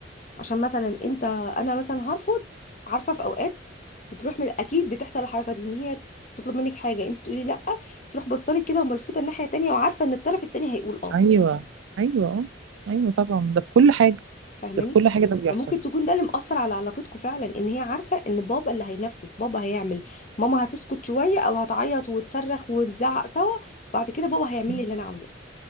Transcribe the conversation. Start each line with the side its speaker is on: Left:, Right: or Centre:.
Left: عشان مثلا انت انا مثلا هرفض عارفه في اوقات بتروح من اكيد بتحصل الحركه دي ان هي تطلب منك حاجه انت تقولي لا تروح بصلك كده وملفوته الناحيه التانيه وعارفه ان الطرف التاني هيقول اه
Right: ايوه ايوه ايوه طبعا ده في كل حاجه
Left: فاهماني
Right: ده في كل حاجه ده بيحصل
Left: ممكن تكون ده اللي مأثر على علاقتكم فعلا ان هي عارفة ان بابا اللي هينفذ بابا هيعمل ماما هتسكت شوية او هتعيط وتصرخ ونزعق سوا بعد كده بابا هيعمل
Right: مم.
Left: لي اللي انا عاوزاه